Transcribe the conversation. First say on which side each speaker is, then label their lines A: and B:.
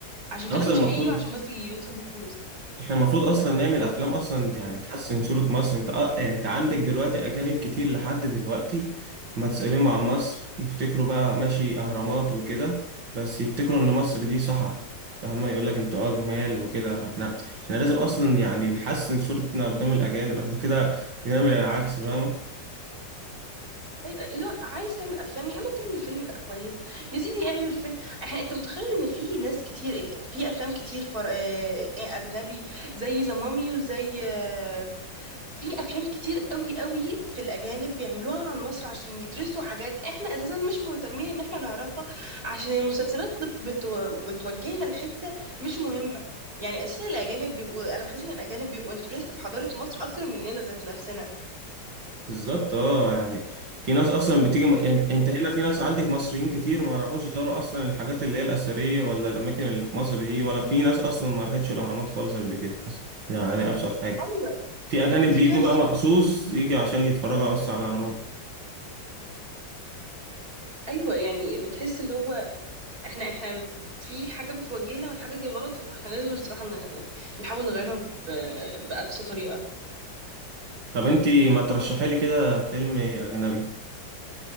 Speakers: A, on the right; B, on the right.
A: عشان
B: إحنا
A: كلام
B: أصلا
A: مش
B: المفروض
A: حقيقي وعشان بس يوصل لفلوس
B: احنا المفروض اصلا نعمل افلام اصلا يعني تحسن صورة مصر انت آه انت عندك دلوقتي اجانب كتير لحد دلوقتي ما تسأليهم عن مصر يفتكروا بقى ماشي اهرامات وكده بس يفتكروا ان مصر دي صحراء فاهمة يقول لك انتوا اه جمال وكده فاحنا احنا لازم اصلا يعني نحسن صورتنا قدام الاجانب احنا كده بنعمل العكس فاهمة
A: أي... لا عايز تعمل افلام يا اما تعمل فيلم يبقى كويس يا سيدي اعمل فيلم احنا انت متخيل ان في ناس كتير في افلام كتير فر... آه، اجنبي زي ذا مامي وزي آه، في افلام كتير قوي قوي في الاجانب بيعملوها عن مصر عشان يدرسوا حاجات احنا اساسا مش مهتمين ان احنا نعرفها عشان المسلسلات بت بت بتوجهنا لحته مش مهمه يعني اساسا الاجانب بيبقوا انا بحس ان الاجانب بيبقوا انترست في حضاره مصر اكتر مننا ذات نفسنا
B: بالظبط اه يعني في ناس اصلا بتيجي م... يعني انت هنا في ناس عندك مصريين كتير ما راحوش يزوروا اصلا الحاجات اللي هي الاثريه ولا الاماكن اللي في مصر دي ولا في ناس اصلا ما راحتش الاهرامات خالص قبل كده بس يعني دي ابسط حاجه
A: ايوه
B: في اجانب
A: دي
B: بيجوا
A: كارثه
B: بقى مخصوص يجي عشان يتفرجوا بس على الاهرامات
A: ايوه يعني بتحس اللي هو احنا احنا في حاجه بتوجهنا والحاجه دي غلط واحنا لازم الصراحه ن- ن- نحاول نغيرها ب- باقصى طريقه
B: طب انت ما ترشحي لي كده فيلم اجنبي